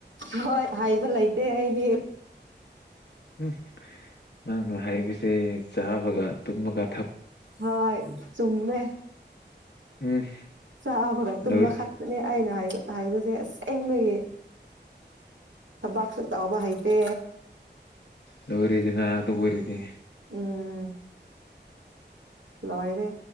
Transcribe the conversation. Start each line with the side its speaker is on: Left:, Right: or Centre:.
Right: ꯍꯣꯏ ꯍꯥꯏꯕ ꯂꯩꯇꯦ ꯑꯩꯗꯤ
Left: ꯎꯝ ꯅꯪꯅ ꯍꯥꯏꯕꯁꯦ ꯆꯥꯕꯒ ꯇꯨꯝꯃꯒ
Right: ꯍꯣꯏ ꯆꯨꯝꯃꯦ
Left: ꯎꯝ
Right: ꯆꯥꯕꯒ ꯇꯨꯝꯃ
Left: ꯂꯣꯏ
Right: ꯈꯥꯛꯛꯇꯅꯦ ꯑꯥꯏꯅ ꯍꯥꯏꯕ ꯍꯥꯏꯕꯁꯦ ꯑꯁꯦꯡꯕꯒꯤ ꯊꯕꯥꯛꯁꯨ ꯇꯥꯎꯕ ꯍꯩꯇꯦ
Left: ꯂꯔꯤꯁꯤꯅ ꯑꯗꯨꯔꯤꯗꯤ
Right: ꯎꯝ ꯂꯣꯏꯔꯦ